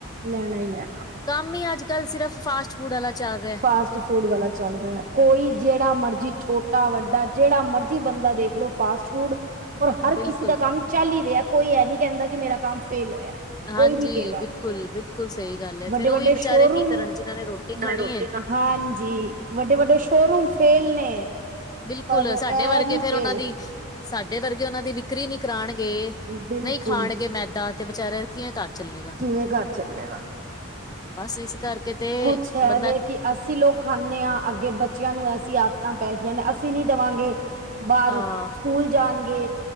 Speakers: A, on the right; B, on the left.
A: ਲੈਣਾ ਹੀ ਲੈਣਾ।
B: ਕੰਮ ਈ ਅੱਜ-ਕਲ ਸਿਰਫ ਫਾਸਟ-ਫੂਡ ਵਾਲਾ ਚੱਲ ਰਿਹਾ।
A: ਫਾਸਟ ਫੂਡ ਵਾਲਾ ਚੱਲ ਰਿਹਾ, ਕੋਈ ਜਿਹੜਾ ਮਰਜੀ ਛੋਟ ਟਾ ਵੱਡਾ ਜਿਹੜਾ ਮਰਜੀ ਬੰਦਾ ਦੇਖਲੋੋ ਫਾਸਟ ਫੂਡ, ਔਰ ਹਰ
B: ਬਿਲਕੁਲ
A: ਕਿਸੀ ਦਾ ਕੰਮ ਚੱਲ ਈ ਰਿਹਾ, ਕੋਈ ਇਹ ਨੀ ਕਹਿੰਦਾ ਕਿ ਮੇਰਾ ਕੰਮ ਫੇਲ ਹੋਇਆ।
B: ਹਾਂਜੀ,
A: ਕੋਈ ਨੀ ਕਹੇਗਾ,
B: ਬਿਲਕੁਲ-ਬਿਲਕੁਲ ਸਹੀ ਗੱਲ ਏ,
A: ਵੱਡੇ-ਵੱਡੇ
B: ਫੇਰ ਉਹ ਵੀ ਬਚਾਰੇ
A: ਸ਼ੋਰੂਮ
B: ਕੀ ਕਰਨ ਜਿਹਨਾਂ ਨੇ ਰੋਟੀ ਖਾਣੀਏ।
A: ਨਾਲੇ ਰੋਟੀ ਖਾ ਹਾਂਜੀ, ਵੱਡੇ-ਵੱਡੇ ਸ਼ੋਰੂਮ ਫੇਲ ਨੇ।
B: ਬਿਲਕੁਲ,
A: ਪਰ
B: ਸਾਡੇ
A: ਐ
B: ਵਰਗੇ
A: ਨੀ
B: ਫੇਰ
A: ਫੇਲ,
B: ਉਹਨਾਂ ਦੀ ਸਾਡੇ ਵਰਗੇ ਉਹਨਾਂ ਦੀ ਵਿਕ੍ਰੀ ਨੀ ਕਰਾਣਗੇ,
A: ਬਿਲਕੁਲ
B: ਨਹੀਂ ਖਾਣਗੇ ਮੈਦਾ, ਤੇ ਵਿਚਾਰੇ ਜੇ ਘਰ ਚੱਲੇਗਾ,
A: ਕਿਵੇਂ ਘਰ ਚੱਲੇਗਾ।
B: ਬਸ ਇਸ ਕਰਕੇ ਤੇ
A: ਕੁਛ ਹੈ
B: ਬੰਦਾ
A: ਵੇ ਕਿ ਅਸੀਂ ਲੋਕ ਖਾਂਦੇ ਹਾਂ ਅੱਗੇ ਬੱਚਿਆਂ ਨੂੰ ਐਸੀ ਆਦਤਾਂ ਪੈ ਗਈਆਂ ਨੇ ਅਸੀਂ ਨੀ ਦੇਵਾਂਗੇ ਬਾਹਰ
B: ਅਹ
A: ਸਕੂਲ ਜਾਣਗੇ